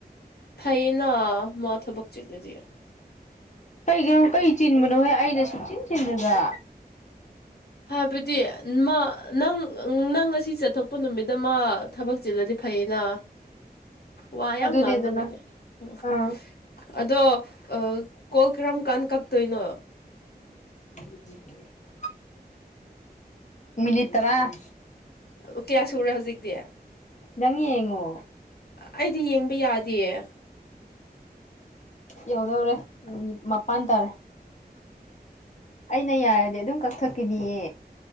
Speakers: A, on the left; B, on the left.
A: ꯊꯥꯏꯅ ꯃ ꯊꯕꯛ ꯆꯤꯂꯗꯤ
B: ꯀꯩꯒꯤꯅꯣ ꯀꯩ ꯆꯤꯟꯕꯅꯣꯍꯦ ꯑꯩꯅ ꯁꯨꯞꯆꯤꯟ ꯆꯤꯟꯕꯗ
A: ꯍꯥꯏꯕꯗꯤ ꯃꯥ ꯅꯪ ꯅꯪ ꯉꯁꯤ ꯆꯠꯊꯣꯛꯄ ꯅꯨꯃꯤꯠꯇ ꯃꯥ ꯊꯕꯛ ꯆꯦꯜꯂꯗꯤ ꯐꯩꯅ ꯋꯥ ꯌꯥꯝ
B: ꯑꯗꯨꯅꯦꯗꯅ
A: ꯉꯥꯡꯗꯕꯒꯤ ꯎꯝ
B: ꯑꯥ
A: ꯑꯗꯣ ꯑ ꯀꯣꯜ ꯀꯔꯝ ꯀꯥꯟ ꯀꯥꯛꯇꯣꯏꯅꯣ
B: ꯎꯝ ꯃꯤꯅꯤꯠ ꯇꯥꯔꯥ ꯎ
A: ꯑꯣ ꯀꯌꯥ ꯁꯨꯔꯦ ꯍꯧꯖꯤꯛꯇꯤ
B: ꯅꯪ ꯌꯦꯡꯉꯣ
A: ꯑꯩꯗꯤ ꯌꯦꯡꯕ ꯌꯥꯗꯤꯌꯦ
B: <inaudible> ꯌꯧꯗꯧꯔꯦ ꯅꯤ ꯃꯄꯟ ꯇꯧꯔꯦ ꯑꯩꯅ ꯌꯥꯔꯗꯤ ꯑꯗꯨꯝ ꯀꯛꯊꯠꯀꯤꯅꯤꯌꯦ